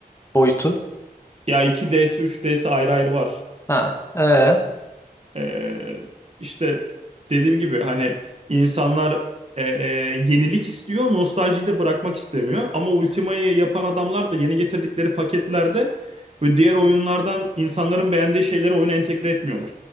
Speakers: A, on the left (about 15°); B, on the right (about 40°).
A: Boyutu.
B: Ya 2D'si 3D'si ayrı ayrı var.
A: Ha, ee,
B: Ee, işte dediğim gibi hani insanlar e, e, yenilik istiyor, nostaljiyi de bırakmak istemiyor. Ama Ultima'yı yapan adamlar da yeni getirdikleri paketlerde ve diğer oyunlardan insanların beğendiği şeyleri oyuna entegre etmiyorlar.